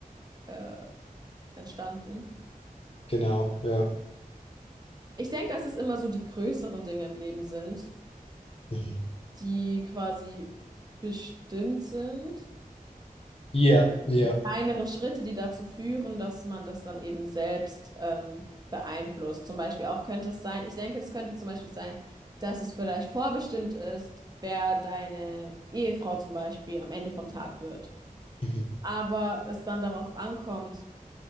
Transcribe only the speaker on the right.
äh, entstanden.
Ich denke, dass es immer so die größeren Dinge im Leben sind,
die quasi bestimmt sind.
kleinere Schritte, die dazu führen, dass man das dann eben selbst ähm, beeinflusst. Zum Beispiel auch könnte es sein, ich denke, es könnte zum Beispiel sein, dass es vielleicht vorbestimmt ist, wer deine Ehefrau zum Beispiel am Ende vom Tag wird.
Aber es dann darauf ankommt,